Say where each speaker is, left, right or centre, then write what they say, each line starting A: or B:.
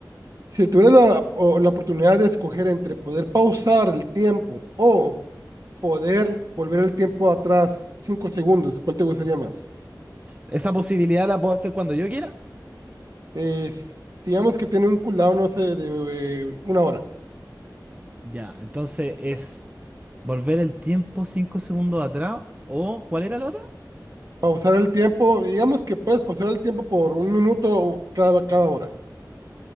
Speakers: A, on the right (about 55°); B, on the right (about 20°).
A: Si tuvieras la, o- la oportunidad de escoger entre poder pausar el tiempo o poder volver el tiempo atrás cinco segundos, ¿cuál te gustaría más?
B: Esa posibilidad la puedo hacer cuando yo quiera.
A: Es- digamos que tiene un cooldown, no sé, de eh, una hora.
B: Ya, entonces es volver el tiempo cinco segundos atrás o ¿cuál era la otra?
A: pausar el tiempo, digamos que puedes pausar el tiempo por un minuto cada, cada hora.